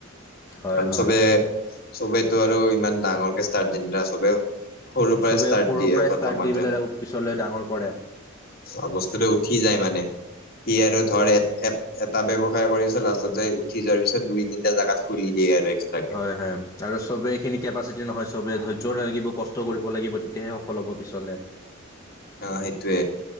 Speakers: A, on the left; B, on the left.
A: হয়
B: কাৰণ
A: হয়।
B: চবে চবেইতো আৰু ইমান ডাঙৰকে ষ্টাৰ্ দিননা চবে সৰুৰ পৰাই
A: চবে
B: ষ্টাৰ্ট
A: সৰুৰ
B: দিয়ে
A: পৰাই
B: প্ৰথমতে
A: ষ্টাৰ্ট দি পেলাই পিছলৈ ডাঙৰ কৰে।
B: অ' বস্তুটো উঠি যায় মানে, সি আৰু ধৰ এ-এ-এটা ব্যৱ সাই পৰি আছে লাষ্টত যাই উঠি যোৱাৰ পিছত দুই তিনিটা জোগাত খুলি দিয়ে আৰু। এক্সট্ৰাকে।
A: হয় হয়, আৰু চবেই এইখিনি কেপাচিটি নহয় চবে ধৈৰ্য লাগিব কষ্ট কৰিব লাগিব তেতিয়াহে ফল'ব পিছলৈ।
B: অ' সেইতোৱে।